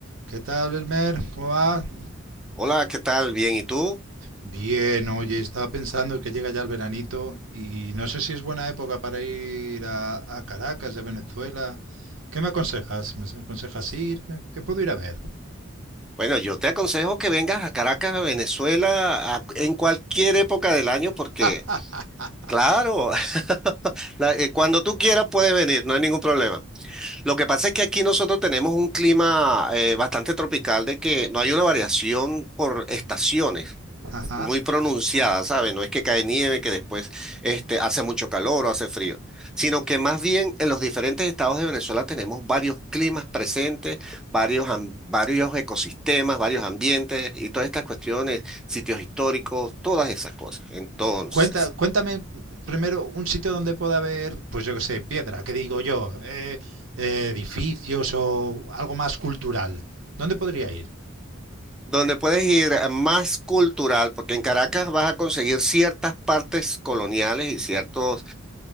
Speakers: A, on the right; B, in the centre.
A: ¿Qué tal, Belmer? ¿Cómo va?
B: Hola, ¿qué tal? Bien, ¿y tú?
A: Bien, oye, estaba pensando que llega ya el veranito y no sé si es buena época para ir a, a Caracas de Venezuela. ¿Qué me aconsejas? ¿Me aconsejas ir? ¿Qué, qué puedo ir a ver?
B: Bueno, yo te aconsejo que vengas a Caracas, a Venezuela, a- en cualquier época del año, porque,
A: <laughs>
B: claro, <laughs> la- eh, cuando tú quieras puedes venir, no hay ningún problema. Lo que pasa es que aquí nosotros tenemos un clima eh, bastante tropical, de que no hay una variación por estaciones.
A: Ajá.
B: muy pronunciada, ¿sabes? No es que cae nieve, que después este, hace mucho calor o hace frío, sino que más bien en los diferentes estados de Venezuela tenemos varios climas presentes, varios, am- varios ecosistemas, varios ambientes y todas estas cuestiones, sitios históricos, todas esas cosas. Entonces...
A: Cuenta, cuéntame primero un sitio donde pueda haber, pues yo qué sé, piedra, ¿qué digo yo? Eh, eh, edificios o algo más cultural. ¿Dónde podría ir?
B: donde puedes ir a más cultural, porque en Caracas vas a conseguir ciertas partes coloniales y ciertas